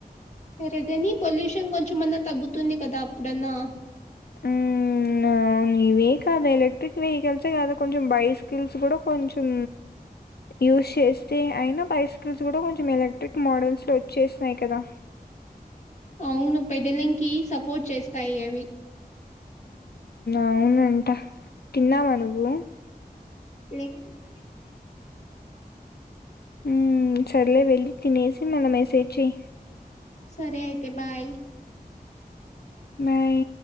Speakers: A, on the left; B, on the left.
A: పెరుగనీ పొల్యూషన్ గొంచెమన్నా తగ్గుతుంది కదా అప్పుడన్నా
B: హ్మ్. అవును ఇవే కాదు ఎలక్ట్రిక్ వెహికల్సే కాదు కొంచెం బై స్కిల్స్ కూడా కొంచెం యూస్ చేస్తే అయినా బైస్కిల్స్ గుడ కొంచెం ఎలక్ట్రిక్ మోడల్స్లో వచ్చేస్నాయ్ కదా
A: ఔను పెద్దలింకీ సపోర్ట్ చేస్తాయి అవి
B: అవునంట తిన్నావా నువ్వు
A: లేదు ఔన్ తినాలి
B: ఉమ్ సర్లే వెళ్ళి తినేసి మళ్ళ మెసేజ్ చెయ్
A: సరే అయితే బాయ్
B: బాయ్